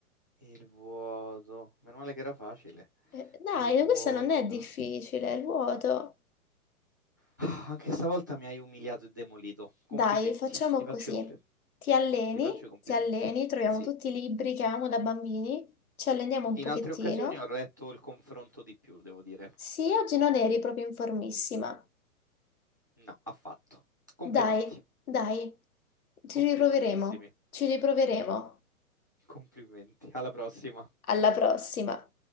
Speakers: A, on the right; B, on the left.
A: Il vuoto. Meno male che era facile.
B: Eh, dai,
A: Il vuoto.
B: questo non è difficile, è il vuoto.
A: Ah, Anche stavolta mi hai umiliato e demolito. Complimenti.
B: Dai, facciamo
A: Ti faccio
B: così.
A: i compli-
B: Ti alleni,
A: ti faccio i complimenti.
B: ti alleni, troviamo
A: Sì.
B: tutti i libri che amo da bambini, ci alleniamo un
A: In
B: pochettino.
A: altre occasioni ho retto il confronto di più, devo dire.
B: Sì, oggi non eri proprio in formissima.
A: No, affatto. Complimenti.
B: Dai, dai, ci
A: Complimentissimi.
B: riproveremo, ci riproveremo.
A: Complimenti. Alla prossima.
B: Alla prossima.